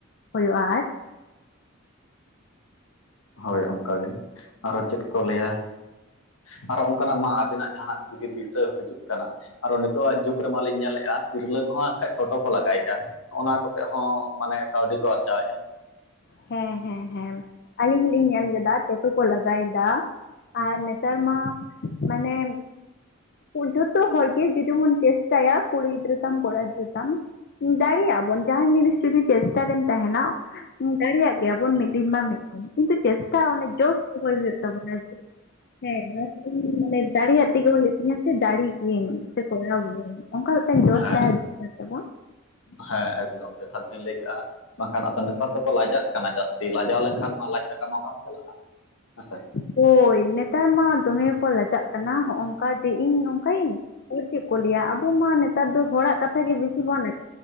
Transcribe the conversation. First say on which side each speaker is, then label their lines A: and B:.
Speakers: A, on the left; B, on the left.
A: ᱦᱳᱭᱳᱜᱼᱟ ᱟᱨ ᱾
B: ᱦᱳᱭ ᱚᱱᱠᱟ ᱜᱮ, ᱟᱨᱚ ᱪᱮᱫ ᱠᱚ ᱞᱟᱹᱭᱟ ᱾ ᱟᱨᱚ ᱚᱝᱠᱟᱱᱟᱜ ᱢᱟ ᱟᱵᱤᱱᱟᱜ ᱡᱟᱦᱟᱸᱱᱟᱜ ᱡᱩᱫᱤ ᱫᱤᱥᱟᱹ ᱦᱤᱡᱩᱜ ᱠᱟᱱᱟ ᱾ ᱟᱨᱚ ᱱᱮᱛᱳᱜᱼᱟᱜ ᱡᱩᱜᱽ ᱨᱮ ᱢᱟᱞᱤᱧ ᱧᱮᱞᱮᱜᱼᱟ ᱛᱤᱨᱞᱟᱹ ᱠᱚᱦᱚᱸ ᱦᱟᱸᱜᱠᱷᱟᱡ ᱴᱳᱴᱳ ᱠᱚ ᱞᱟᱜᱟᱭᱮᱜᱼᱟ ᱾ ᱚᱱᱟ ᱠᱚᱛᱮᱜ ᱦᱚᱸ ᱢᱟᱱᱮ ᱠᱟᱹᱣᱰᱤ ᱠᱚ ᱟᱨᱡᱟᱣᱮᱜᱼᱟ ᱾
A: ᱦᱮᱸ ᱦᱮᱸ ᱦᱮᱸ ᱟᱹᱞᱤᱧ ᱦᱚᱞᱤᱧ ᱧᱮᱞ ᱞᱮᱫᱟ ᱴᱮᱴᱳ ᱠᱚ ᱞᱟᱜᱟᱭᱫᱟ ᱾ ᱟᱨ ᱱᱮᱛᱟᱨ ᱢᱟ ᱢᱟᱱᱮ ᱡᱷᱚᱛᱚ ᱦᱚᱲ ᱜᱮ ᱡᱮ ᱡᱮᱢᱚᱱ ᱪᱮᱥᱴᱟᱭᱟ ᱠᱩᱲᱤ ᱜᱤᱫᱽᱨᱟᱹ ᱛᱟᱢ ᱠᱚᱲᱟ ᱛᱟᱢ ᱫᱟᱲᱮᱭᱟᱜᱼᱟ ᱵᱚᱱ ᱡᱟᱦᱟᱸᱱ ᱡᱤᱱᱤᱥ ᱡᱩᱫᱤ ᱪᱮᱥᱴᱟ ᱨᱮᱢ ᱛᱟᱦᱮᱸᱱᱟ ᱫᱟᱲᱮᱭᱟᱜ ᱜᱮᱭᱟ ᱢᱤᱫ ᱫᱤᱱ ᱢᱟ ᱢᱤᱫ ᱠᱤᱱᱛᱩ ᱪᱮᱥᱴᱟ ᱚᱱᱮ ᱡᱳᱥ ᱫᱚᱦᱚᱭ ᱦᱳᱭᱳᱜ ᱛᱟᱵᱚᱱᱟ ᱡᱮ ᱦᱮᱸ ᱤᱧ ᱢᱟᱱᱮ ᱫᱟᱲᱮᱭᱟᱜ ᱛᱮᱜᱮ ᱦᱳᱭᱳᱜ ᱛᱤᱧᱟ ᱥᱮ ᱫᱟᱲᱮ ᱜᱤᱭᱟᱹᱧ ᱥᱮ ᱠᱚᱨᱟᱣ ᱜᱤᱭᱟᱹᱧ ᱚᱱᱠᱟ ᱢᱮᱫᱴᱟᱝ ᱡᱳᱥ
B: ᱦᱮᱸ
A: ᱛᱟᱦᱮᱸ ᱫᱚᱨᱠᱟᱨ ᱛᱟᱵᱚᱱᱟ ᱾
B: ᱦᱮᱸ ᱮᱠᱫᱚᱢ ᱡᱚᱛᱷᱟᱛ ᱵᱤᱱ ᱞᱟᱹᱭ ᱠᱟᱜᱼᱟ ᱾ ᱵᱟᱝᱠᱷᱟᱱ ᱟᱫᱚ ᱱᱮᱛᱟᱨ ᱫᱚᱠᱚ ᱞᱟᱡᱟᱜ ᱠᱟᱱᱟ ᱡᱟᱥᱛᱤ, ᱞᱟᱡᱟᱣ ᱞᱮᱱᱠᱷᱟᱱ ᱢᱟ ᱞᱟᱡ ᱠᱟᱴᱟ ᱢᱟ ᱵᱟᱝ ᱪᱟᱞᱟᱜᱼᱟ ᱦᱮᱸᱥᱮ ᱾
A: ᱦᱳᱭ ᱱᱮᱛᱟᱨ ᱢᱟ ᱫᱚᱢᱮ ᱠᱚ ᱞᱟᱡᱟᱜ ᱠᱟᱱᱟ ᱦᱚᱜᱼᱚᱝᱠᱟ ᱡᱮ ᱤᱧ ᱱᱚᱝᱠᱟ ᱭᱟᱹᱧ᱾ ᱦᱚᱲ ᱪᱮᱫ ᱠᱚ ᱞᱟᱹᱭᱟ ᱟᱵᱚ ᱢᱟ ᱱᱮ ᱱᱮᱛᱟᱨ ᱫᱚ ᱦᱚᱲᱟᱜ ᱠᱟᱛᱷᱟ ᱜᱮ ᱵᱮᱥᱤ ᱵᱚᱱ